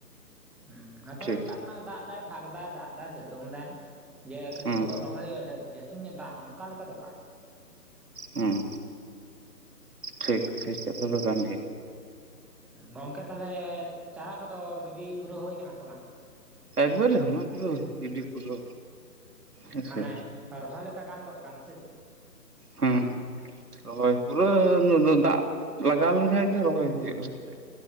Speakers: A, in the centre; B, on the right.
A: ᱦᱮᱸ ᱱᱤᱛᱚᱝ
B: ᱴᱷᱤᱠ
A: ᱥᱮᱛᱟᱜ ᱠᱷᱚᱱᱟᱜ ᱫᱟᱜ ᱮᱫᱟᱭ ᱯᱷᱟᱸᱠ ᱫᱟᱭ ᱫᱟᱜ ᱮᱫᱟ ᱥᱤᱛᱩᱝ ᱫᱟᱭ᱾ ᱡᱮ ᱠᱟᱹᱴᱤᱡ
B: ᱦᱩᱸ
A: ᱦᱳᱲᱳ ᱨᱚᱦᱚᱭ ᱦᱩᱭᱩᱜᱼᱟ, ᱡᱟᱹᱥᱛᱤ ᱧᱚᱜ ᱫᱟᱜ ᱚᱱᱠᱟ ᱞᱮᱠᱟ ᱫᱚ ᱵᱟᱝ᱾
B: ᱦᱩᱸ ᱴᱷᱤᱠ ᱴᱷᱤᱠ ᱠᱟᱛᱷᱟ ᱫᱚ ᱠᱟᱱ ᱜᱮ
A: ᱜᱚᱝᱠᱮ ᱛᱟᱦᱚᱞᱮ ᱪᱟᱨᱟ ᱠᱚᱫᱚ ᱜᱤᱰᱤ ᱯᱩᱨᱟᱹᱣ ᱦᱩᱭᱠᱟᱱᱟ ᱥᱮ ᱵᱟᱝ
B: ᱮᱠᱵᱟᱨᱮ ᱚᱱᱟᱠᱚᱫᱚ ᱜᱤᱰᱤ ᱯᱩᱨᱟᱹᱣ ᱦᱮᱸᱥᱮ
A: ᱢᱟᱱᱮ ᱨᱚᱦᱚᱭ ᱞᱮᱠᱟ ᱜᱟᱱ ᱜᱚᱫᱚᱜ ᱠᱟᱱᱟ ᱥᱮ ᱪᱮᱫ
B: ᱦᱮᱸ ᱨᱚᱦᱚᱭ ᱯᱩᱨᱟᱹ ᱩᱱ ᱫᱚ ᱫᱟᱜ ᱞᱟᱜᱟᱣ ᱞᱮᱱᱠᱷᱟᱡ ᱜᱮ ᱨᱚᱦᱚᱭ ᱦᱩᱭᱩᱜᱼᱟ ᱦᱮᱸ ᱪᱮ